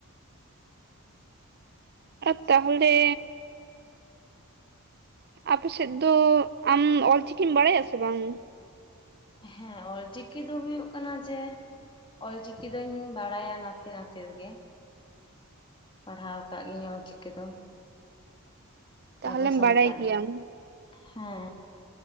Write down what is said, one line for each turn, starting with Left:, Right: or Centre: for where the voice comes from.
Right: ᱟᱨ ᱛᱟᱦᱚᱞᱮ? ᱟᱯᱮ ᱥᱮᱫ ᱫᱚ ᱟᱢ ᱚᱞ ᱪᱤᱠᱤᱢ ᱵᱟᱲᱟᱭᱟ ᱥᱮ ᱵᱟᱝ?
Left: ᱦᱮᱸ ᱚᱞ ᱪᱤᱠᱤ ᱫᱚ ᱦᱩᱭᱩᱜ ᱠᱟᱱᱟ ᱡᱮᱼᱼ ᱚᱞ ᱪᱤᱠᱤ ᱫᱚᱧ ᱵᱟᱲᱟᱭᱟ ᱱᱟᱥᱮ ᱱᱟᱥᱮ ᱜᱮ, ᱯᱟᱲᱦᱟᱣ ᱟᱠᱟᱫ ᱜᱤᱭᱟᱹᱧ ᱚᱞ ᱪᱤᱠᱤ ᱫᱚ
Right: ᱛᱟᱦᱚᱞᱮᱢ
Left: ᱟᱵᱚ ᱥᱟᱱᱛᱟᱲ
Right: ᱵᱟᱲᱟᱭ ᱜᱮᱭᱟᱢ
Left: ᱦᱮᱸ